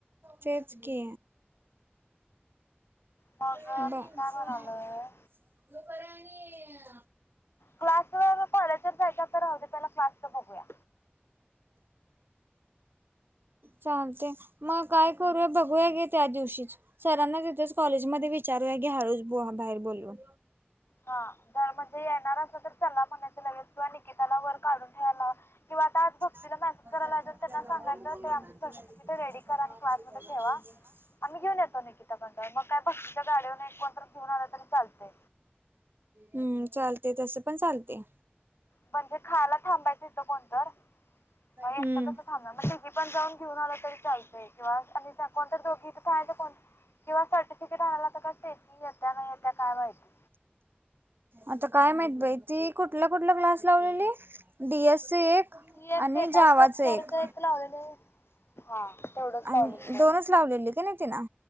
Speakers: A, on the right; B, on the left.
A: तेच की
B: मग
A: <unintelligible> बग
B: मी काय
A: <unintelligible>
B: म्हणालोय क्लासवर व कॉलेजवर जायच्या तर राहते त्याला फलॅटच बघूया
A: चालतय मग काय करूया बघूया गे त्या दिवशी सरांना तिथेच कॉलेजमध्ये विचारूया की हळूस बाहेर बोलवून
B: हा म्हणजे येणार अस तर चल्ला पणाच लगेच किंवा निकिताला वर काढून ठेयय लावा किंवा आज
A: <inaudible>
B: मेसेज करायला लावायचा आणि त्यांना सांगायचं ते आमचं सर्टिफिकेट रेडी करा आणि क्लासमध्ये ठेवा आम्ही घेऊन येतो निकिता कडन मग काय भक्तीच्या गाडी वरण एक कोण तर घेऊन आलं तरी चालतंय
A: हम्म चालते तस पण चालतय
B: <unintelligible> खायला थांबायचं इथं कोणतर मग एकट
A: हम्म
B: कसं थांबणार मग तिघी पण जाऊन घेऊन आलं तरी चा किंवा आणि कोणत दोघ <unintelligible> किंवा सर्टिफिकेट आणायला तर <unintelligible> काय हा य आता काय माहिती
A: आता काय माहित बाई त कुठला कुठला क्लास लावलेली डी एस सी एक
B: ती एक
A: आणि
B: डेटा
A: जावाच
B: स्ट्रक्चरच
A: एक
B: लावलेलं हा तेवढंच लावलेलं
A: आणि दोनच लावलेली की नाही ति न.